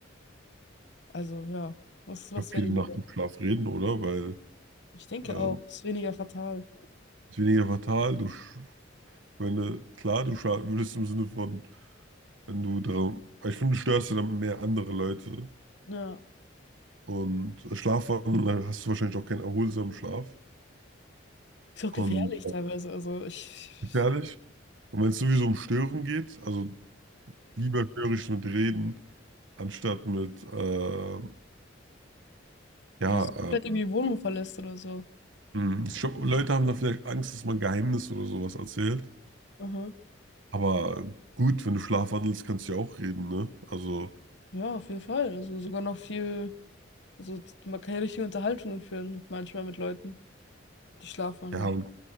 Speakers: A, on the left; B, on the right.
A: Also, ja, was, was
B: glaube,
A: wäre
B: jede
A: lieber?
B: Nacht im Schlaf reden, oder? Weil
A: Ich denke
B: ähm,
A: auch, ist weniger fatal.
B: ist weniger fatal. Du, sch- wenn du, klar, du schaden würdest im Sinne von, wenn du darum, weil ich finde, du störst ja dann mehr andere Leute.
A: Ja.
B: Und Schlafwandeln, dann hast du wahrscheinlich auch keinen erholsamen Schlaf.
A: Ist auch
B: Und
A: gefährlich
B: äh,
A: teilweise. Also, ich.
B: gefährlich. Und wenn es sowieso um Stören geht, also lieber störe ich mit Reden, anstatt mit, äh, ja,
A: Ja, dass du
B: äh,
A: vielleicht irgendwie die Wohnung verlässt oder so.
B: hm, ich glaub, Leute haben da vielleicht Angst, dass man Geheimnis oder sowas erzählt.
A: Aha.
B: Aber gut, wenn du schlafwandelst, kannst du ja auch reden, ne? Also,
A: Ja, auf jeden Fall. Also, sogar noch viel. Also, man kann ja richtige Unterhaltungen führen, manchmal mit Leuten, die schlafwandeln.
B: Ja, und